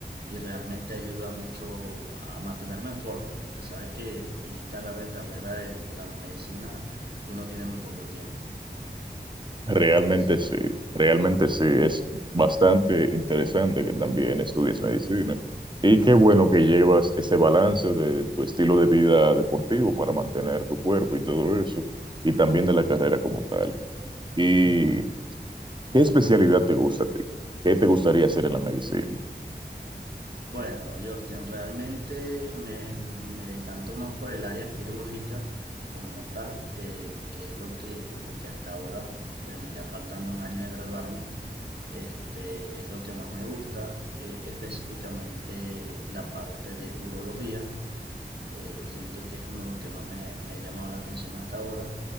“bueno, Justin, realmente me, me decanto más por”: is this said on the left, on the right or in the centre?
Right